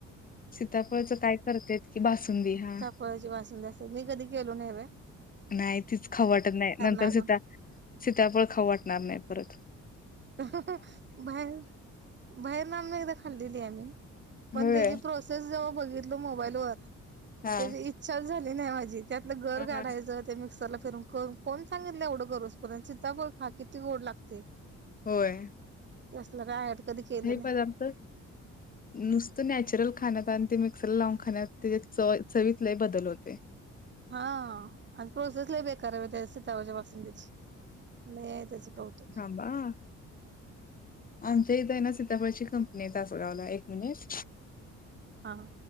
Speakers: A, on the left; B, on the right.
A: सीताफळाची कायं करतेेत कि बासुंदी हां
B: फळांची बासुंदी असते ती कधीं केली नाहीय
A: नाहीं तीचं खाऊं वाटतं नाहीं नंतर
B: आणून
A: सीता सीता फळं खाऊं वाटणारं नाहीं परंत
B: बाहेर बाहेर नां एकदाचं खाल्लेली आहे आम्हीं पणं
A: होय
B: त्यांची प्र ते जेंव्हा बघितल मोबाईल वरं
A: हा
B: त्यांची इच्छांची झाली नाहीं माझी त्यांतलं गरं
A: हा
B: काढायचं त्यां मिक्सरला फिंरून करं कोणं सांगितलं एवढं गरजं कोणा सिताफळ खां किती गोंड लागते
A: होयं
B: तसलं कायंड कधीं केलं
A: पदार्थ
B: नाहीं
A: नुसतं नॅचरल खाण्यांत आणि ते मिक्सरला लावूंन खाण्यांत त्यां ची चवीतलाही बंदल होते
B: हां अं पोसेस लंय बेकार त्यांची वजं बासूंदीची त्यांची नाहीं त्यांचं कहतूं
A: बां आमच्यां इथं आहे नां सीतापफळ कंपनी यं असं गांवला एक मिनिटं
B: हां